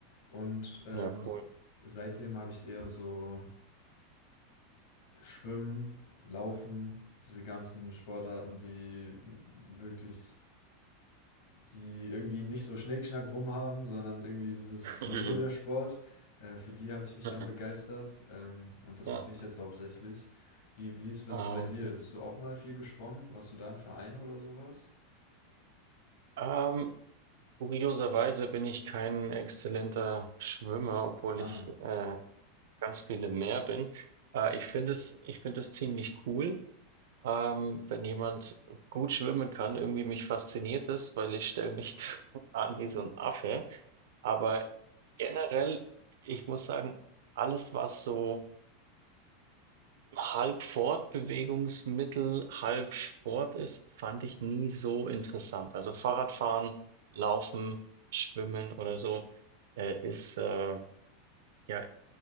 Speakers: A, on the left; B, on the right.
A: Und ähm,
B: Ja, cool.
A: seitdem habe ich eher so Schwimmen, Laufen, diese ganzen Sportarten, die wirklich die irgendwie nicht so Schnickschnack drum haben, sondern irgendwie ist es
B: Mhm.
A: so nur der Sport. Äh, für die habe ich mich
B: <laughs>
A: dann begeistert ähm, und das
B: Ja,
A: mache ich jetzt hauptsächlich. Wie, wie ist es
B: ah,
A: bei dir?
B: okay.
A: Bist du auch mal viel geschwommen? Warst du da im Verein oder sowas?
B: Ähm, kurioserweise bin ich kein exzellenter Schwimmer, obwohl
A: Ah,
B: ich äh, ganz viele mehr bin. Äh, ich finde es, ich finde es ziemlich cool, ähm, wenn jemand gut schwimmen kann. Irgendwie mich fasziniert es, weil ich stelle mich <laughs> an wie so ein Affe. Aber generell, ich muss sagen, alles, was so halb Fortbewegungsmittel, halb Sport ist, fand ich nie so interessant. Also Fahrradfahren, Laufen, Schwimmen oder so, äh, ist, äh, ja,